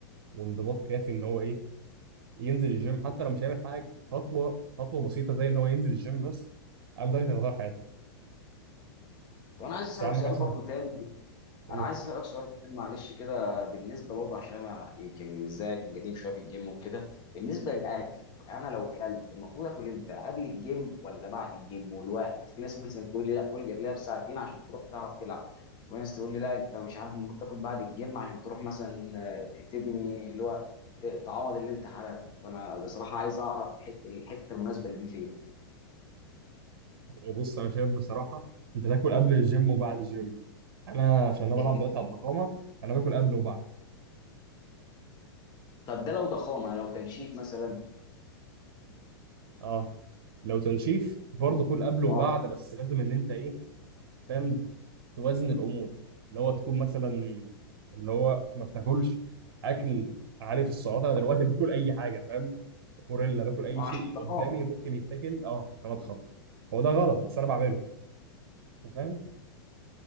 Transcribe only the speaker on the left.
طب انا عايز
اسالك
سؤال
برضو تاني
انا عايز اسالك سؤال كمان معلش كده بالنسبه برضه عشان انا يمكن مش زيك قديم شويه في الجيم وكده بالنسبه للاكل انا لو كلت المفروض اكل امتى قبل الجيم ولا بعد الجيم والوقت في ناس مثلا تقول لي لا كل قبلها بساعتين عشان تروح تعرف تلعب وناس تقول لي لا انت مش عارف المفروض تاكل بعد الجيم عشان تروح مثلا آه، تبني اللي هو ت- تعوض اللي انت حرقته فانا بصراحه عايز اعرف الحته الحته المناسبه اللي دي فين
اتنين
طب ده لو ضخامه لو تنشيف مثلا
اه
آه،
عشان ضخامه